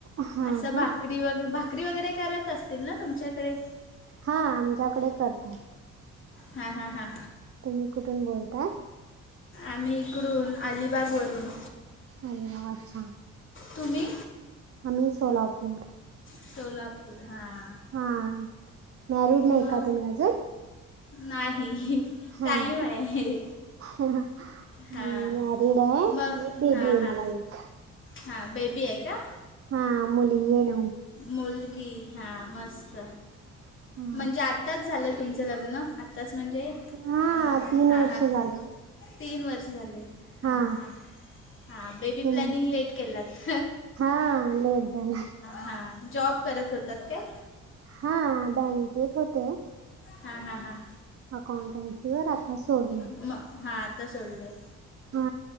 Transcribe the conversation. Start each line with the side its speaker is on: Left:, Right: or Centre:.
Right: हा
Left: असं
Right: का
Left: भा करी वगैे भाकरी वगैरे करत असतील ना तुमच्याकडे?
Right: हा आमच्याकडे करतात.
Left: हा हा हा!
Right: तुम्ही कुठून बोलताय
Left: आम्ही इकडून अलिबागवरून
Right: अलिबाग अच्छा!
Left: तुम्ही?
Right: आम्ही सोलापूर.
Left: सोलापूर हां
Right: हा मॅरिड नाही
Left: म
Right: का तुम्ही अजून?
Left: नाही.
Right: हा
Left: टाईम
Right: का?
Left: आहे
Right: मी
Left: हां
Right: मॅरिड हाय आणि
Left: मग
Right: बेबी
Left: हां
Right: हाय
Left: हां
Right: मला एका.
Left: हां बेबी आहे का
Right: हा अ मुमुली येन
Left: मुलगी हा मस्त
Right: हा.
Left: म्हणजे आ आत्ताच झालं तुमचं लग्न आत्ताच म्हणजे
Right: हा
Left: हां
Right: तीन वर्ष
Left: हां
Right: झालं.
Left: तीन वर्ष झाली हां
Right: हा
Left: हां हां हां बेबी
Right: तुमच
Left: प्लॅनिंग लेट केलात
Right: हा लेट झाला
Left: हा जॉब करत होतात का
Right: हा बँकेत होते
Left: हा हा हा
Right: अकाउंटन्सी वर आता सोडले
Left: म हात आ तरता सोडले
Right: हा